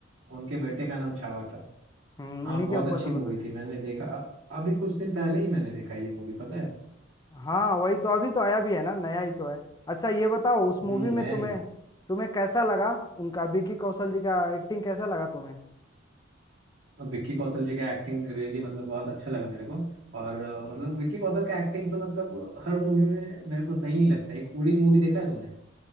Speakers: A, on the right; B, on the left.
A: उनके बेटे का नाम छावा था
B: हम्म,
A: हाँ
B: उन्हीं
A: बहुत
B: के ऊपर
A: अच्छी
B: तो
A: मूवी
B: बना है
A: थी मैंने देखा अ- अभी कुछ दिन पहले ही मैंने देखा ये मूवी पता है
B: हाँ वही तो अभी तो आया भी है ना नया ही तो है अच्छा ये बताओ उस मूवी
A: हम्म
B: में
A: नया
B: तुम्हें
A: ही है
B: तुम्हें कैसा लगा उनका विकी कौशल जी का एक्टिंग कैसा लगा तुम्हें
A: और विक्की कौशल जी का एक्टिंग रियली मतलब बहुत अच्छा लगा मेरे को और अ, मतलब विक्की कौशल का एक्टिंग तो मतलब हर मूवी में मेरे को सही ही लगता है एक उरी मूवी देखा है तुमने